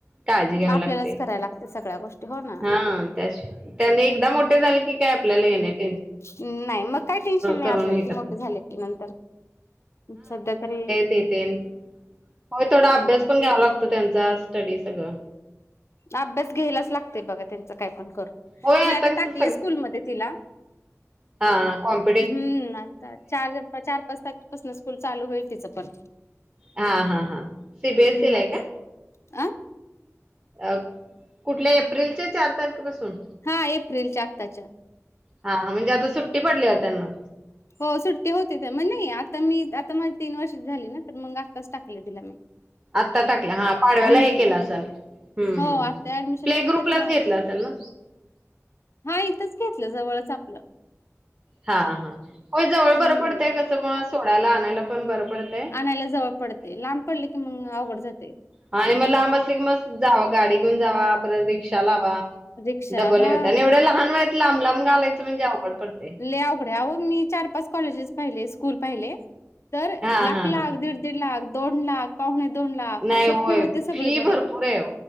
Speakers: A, on the right (about 25°); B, on the left (about 55°).
A: काळजी घ्यावी
B: आपल्यालाच
A: लागते.
B: करायला लागते सगळ्या गोष्टी हो ना
A: हा त्याशी त्यांनी एकदा मोठे झाले की काय आपल्याला हे नाहीत.
B: नाही मग काय टेन्शन नाही
A: करून
B: आपल्याला
A: हे करतात.
B: ते मोठ झाले की नंतर. सध्या तरी
A: ते तेन, होय थोडा अभ्यास पण घ्यावा लागतोय त्यांचा स्टडी सगळ.
B: अभ्यास घ्यायलाच लागतय बघा त्यां च काय पण कर.
A: होय
B: मी आता
A: कसं
B: टाकलय स्कुल मध्ये तिला.
A: हा कॉम
B: हम्म, आता चार, चार-पाच तारखे पासुन स्कूल चालू होईल तिच पण.
A: हा हा हा, सीबीएसईला
B: मग
A: आहे का?
B: अ
A: अ कुठल्या एप्रिलच्या चार तारखेपासून.
B: हा एप्रिलच्या आत्ताच्या.
A: हा म्हणजे आता सुट्टी पडलीया त्यांना.
B: हो सुट्टी होती त्या, मग नाही आता मी आता माझी तीन वर्षाची झाली ना, तर मग आत्ताच टाकल तिला मी.
A: आत्ता टाकल. हा पाडव्याला
B: हम्म
A: हे केल असल. हम्म
B: हो
A: हम्म हम्म
B: आता ऍडमिशन
A: प्ले
B: पण
A: ग्रुपलाच
B: घेतलं आणि
A: घेतल असल ना?
B: हा इथंच घेतलं जवळच आपलं.
A: हा हा होय जवळ
B: हम्म.
A: बरं पडतय कसं मग सोडायला आणायला पण बरं पडत
B: आणायला जवळ पडतय, लांब पडल की मग अवघड जातय.
A: हा आणि लांब असले की, मग जावं गाडी घेऊन जावा परत रिक्षा लावा.
B: रिक्षा
A: डबल
B: हा
A: हे होतयं आणि एवढ्या लहान वयात लांब लांब घालायचं म्हणजे अवघड पडतय.
B: लई अवघड हाय, अहो मी चार पाच कॉलेजेस पाहिले, स्कुल पाहिले तर
A: हा
B: लाख
A: हा
B: लाख
A: हा
B: दीड दीड लाख दोन लाख पाहुणे दोन लाख
A: नाही
B: अशा
A: होय
B: फी होते सगळीकडे.
A: फी भरपूर आहे ओ